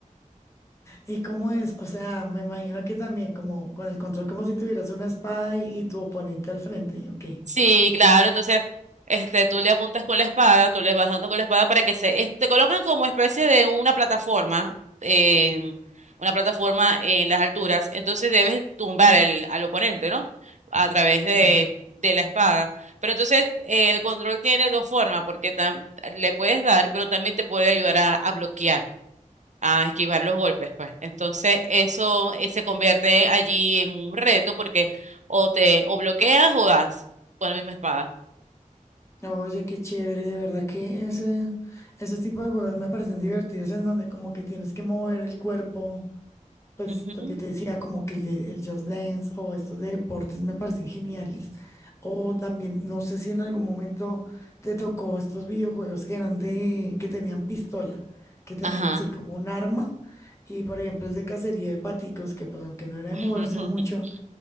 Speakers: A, on the left; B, on the right.
A: ¿Y cómo es? O sea, me imagino que también como con el control, como si tuvieras una espada y, y tu oponente al frente, ok.
B: Sí, claro, entonces este, tú le apuntas con la espada, tú les vas dando con la espada para que se, es- te colocan como especie de una plataforma, en, una plataforma en las alturas, entonces debes tumbar el, al oponente, ¿no? A través de,
A: sí
B: de la espada. Pero entonces eh, el control tiene dos formas, porque tam- le puedes dar, pero también te puede ayudar a, a bloquear a esquivar los golpes, pues. Entonces, eso eh, se convierte allí en un reto porque o te o bloqueas o das con la misma espada.
A: Oye, qué chévere, de verdad que ese, ese tipo de juegos me parecen divertidos en donde como que tienes que mover el cuerpo Pues
B: Ujú.
A: lo que te decía, como que el de el Just Dance o estos de deportes me parecen geniales. O también, no sé si en algún momento te tocó estos videojuegos que eran de, que tenían pistola, que tenían
B: Ajá.
A: sí, como un arma. Y por ejemplo, el de cacería de paticos, que pues aunque no era
B: <laughs>
A: de moverse mucho,